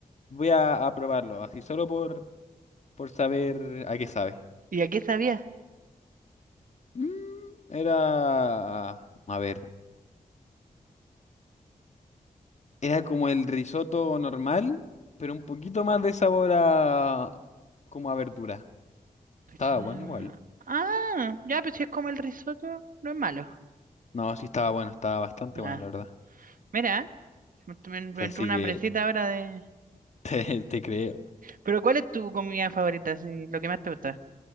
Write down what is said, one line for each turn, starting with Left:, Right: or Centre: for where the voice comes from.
Left: voy a, a probarlo, así solo por, por saber a qué sabe.
Right: ¿Y a qué sabía?
Left: Mm, era, a ver, era como el risotto normal, pero un poquito más de sabor a, como a verdura.
Right: Risotto
Left: Estaba bueno
Right: de-
Left: igual.
Right: Ah, ya, pues si es como el risotto, no es malo.
Left: No, sí estaba bueno, estaba bastante
Right: Ah,
Left: bueno, la verdad.
Right: mira, me, me- me
Left: Así
Right: entró una
Left: que
Right: hambrecita ahora de,
Left: <laughs> te, te creo.
Right: Pero ¿cuál es tu comida favorita? así, lo que más te gusta.